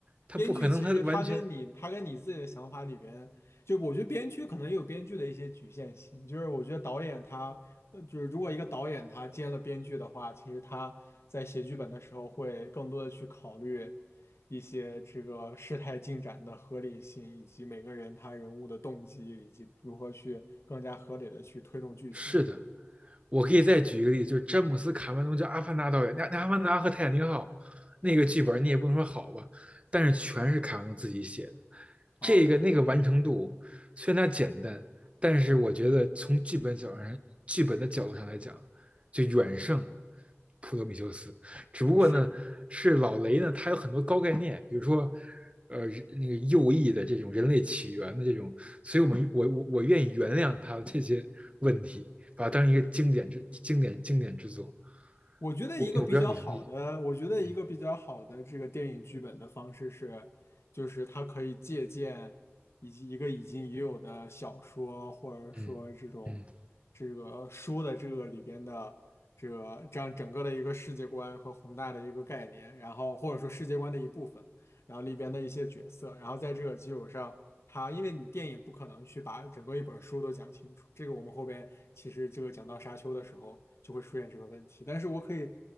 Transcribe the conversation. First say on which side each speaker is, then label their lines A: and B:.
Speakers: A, on the right; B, on the left.
A: 他不可能他完全
B: 编剧其实他跟你他跟你自己的想法里边，就我觉得编剧可能也有编剧的一些局限性，就是我觉得导演他，呃，就是如果一个导演他接了编剧的话，其实他在写剧本的时候会更多的去考虑一些这个事态进展的合理性，以及每个人他人物的动机，以及如何去更加合理的去推动剧情。
A: 是的，我可以再举一个例子，就是詹姆斯·卡梅隆，叫《阿凡达》导演，那那《阿凡达》和《泰坦尼克号》那个剧本，你也不能说好吧，但是全是卡梅隆自己写的，
B: 哦，
A: 这个那个完成度虽然它简单，但是我觉得从剧本角度上，剧本的角度上来讲，就远胜普罗米修斯。只不过呢，
B: 是。
A: 是老雷呢，他有很多高概念，比如说，呃，那个右翼的这种人类起源的这种所以我们我我我愿意原谅他这些问题，把它当成一个经典之经典经典之作。
B: 我觉得一个比较好的，
A: 我我不要你同意，
B: 我觉得一个比较好的这个电影剧本的方式是，
A: 嗯
B: 就是它可以借鉴以及一个已经已有的小说，或者说这种这个书的这个里边的这个这样整个的一个世界观和宏大的一个概念，
A: 嗯嗯，
B: 然后或者说世界观的一部分。然后里边的一些角色，然后在这个基础上，它因为你电影不可能去把整个一本书都讲清楚，这个我们后边其实这个讲到沙丘的时候就会出现这个问题，但是我可以